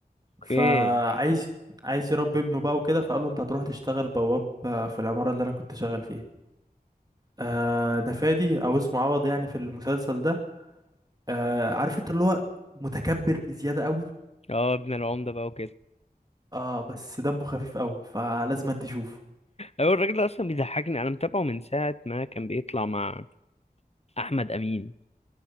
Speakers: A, on the right; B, on the left.
A: فعايز
B: أوكي
A: عايز يربي ابنه بقى وكده فقال له انت هتروح تشتغل بواب آه، في العمارة اللي انا كنت شغال فيها آه ده فادي او اسمه عوض يعني في المسلسل ده آه عارف انت اللي هو متكبر بزيادة قوي
B: اه ابن العمدة بقى وكده
A: اه بس دمه خفيف قوي فلازم تشوفه
B: أيوة الراجل ده أصلا بيضحكني أنا متابعه من ساعة ما كان بيطلع مع أحمد أمين